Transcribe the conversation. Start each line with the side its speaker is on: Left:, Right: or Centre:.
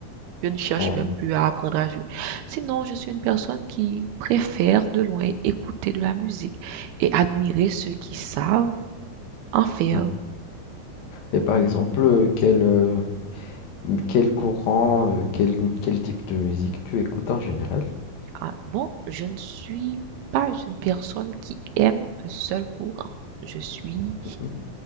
Right: Je ne cherche
Left: ouais,
Right: même plus à apprendre à jouer. Sinon, je suis une personne qui préfère de loin écouter de la musique et admirer ceux qui savent en faire.
Left: mhm. Et par exemple, euh, quel, euh, quel courant, euh, quel, quel type de musique tu écoutes en général?
Right: Ah, bon, je ne suis pas une personne qui aime un seul courant. Je suis,
Left: Mhm,